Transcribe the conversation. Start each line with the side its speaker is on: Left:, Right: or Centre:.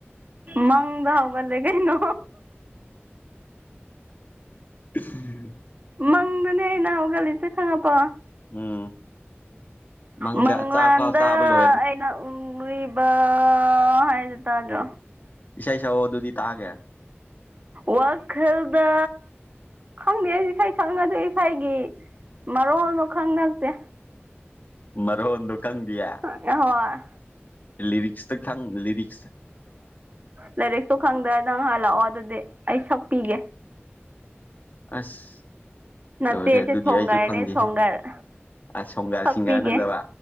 Right: ꯃꯪꯗ ꯍꯧꯒꯠꯂꯦ ꯀꯩꯅꯣ
Left: <inaudible>
Right: ꯃꯪꯗꯅꯦ ꯑꯩꯅ ꯍꯧꯒꯠꯂꯤꯁꯦ ꯈꯪꯉꯕꯣ
Left: ꯎꯝ ꯃꯪꯗ
Right: ꯃꯪꯂꯥꯟꯗ
Left: ꯆꯥꯛ ꯐꯥꯎ ꯆꯥꯕ ꯂꯣꯏꯔꯦ
Right: ꯑꯩꯅ ꯎ ꯎꯔꯤꯕꯥ ꯍꯥꯏꯗꯤ ꯇꯥꯗꯣ
Left: ꯎꯝ ꯏꯁꯩ ꯁꯛꯑꯣ ꯑꯗꯨꯗꯤ ꯇꯥꯒꯦ
Right: ꯋꯥꯈꯜꯗ ꯈꯪꯗꯦ ꯏꯁꯩ ꯁꯛꯅꯗꯦ ꯏꯁꯩꯒꯤ ꯃꯔꯣꯜꯗꯣ ꯈꯪ ꯅꯛꯇꯦ
Left: ꯃꯔꯣꯟꯗꯣ ꯈꯪꯗꯤꯌꯦ
Right: ꯍꯣꯏ
Left: ꯂꯤꯔꯤ꯭ꯛꯁꯇ ꯈꯪ- ꯂꯤꯔꯤꯛ
Right: ꯂꯤꯔꯤꯛꯁꯨ ꯈꯪꯗꯦ ꯅꯪ ꯍꯜꯂꯛꯑꯣ ꯑꯗꯨꯗꯤ ꯑꯩ ꯁꯛꯄꯤꯒꯦ
Left: ꯑꯁ
Right: ꯅꯥꯆꯦꯁꯦ
Left: ꯂꯣꯏꯔꯦ ꯑꯗꯨꯗꯤ
Right: ꯁꯣꯡꯒꯥꯔꯅꯦ
Left: ꯑꯩꯁꯨ ꯈꯪꯗꯦꯍꯦ
Right: ꯁꯣꯡꯒꯥꯔ
Left: ꯑꯁ ꯁꯣꯡꯒꯥꯔ
Right: ꯁꯛꯄꯤꯒꯦ
Left: ꯁꯤꯡꯒꯔ ꯅꯠꯇꯕ